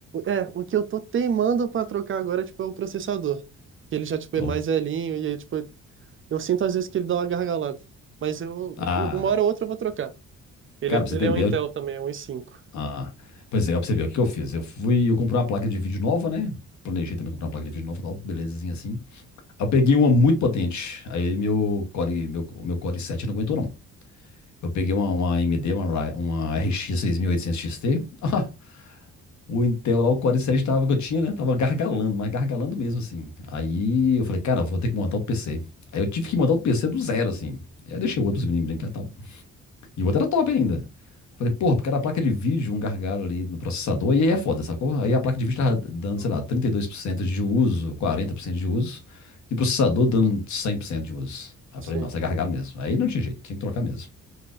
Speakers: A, on the right (about 40°); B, on the left (about 70°).
A: é, o que eu tô teimando pra trocar agora, tipo, é o processador. Que ele já, tipo,
B: Então,
A: é mais velhinho e aí, tipo, Eu sinto às vezes que ele dá uma gargalada. Mas eu,
B: ah,
A: um, uma hora ou outra eu vou trocar. Ele
B: cara,
A: é,
B: pra você
A: ele
B: entender,
A: é um Intel também, é um i5.
B: Ah, pois é, ó, pra você ver, o que eu fiz? Eu fui, eu comprei uma placa de vídeo nova, né? Planejei também comprar uma placa de vídeo nova e tal, belezinha assim. Aí Eu peguei uma muito potente, aí meu Core, meu, meu Core 7 não aguentou não. Eu peguei uma, uma AMD, uma, Ry- uma RX 6800 XT. <laughs> Ah, o Intel lá, o Core 7 tava, que eu tinha, né? Tava gargalando, mas gargalando mesmo assim. Aí eu falei, cara, vou ter que montar outro PC. Aí eu tive que montar outro PC do zero, assim. Aí eu deixei o outro menino brincar tal. E o outro era top ainda. Eu falei, porra, porque era a placa de vídeo, um gargalo ali no processador, e aí é foda, sacou? Aí a placa de vídeo tava dando,
A: Uhum.
B: sei lá, 32% de uso, 40% de uso, e o processador dando 100% de uso. Aí eu
A: Sim.
B: falei, nossa, é gargalo mesmo. Aí não tinha jeito, tinha que trocar mesmo.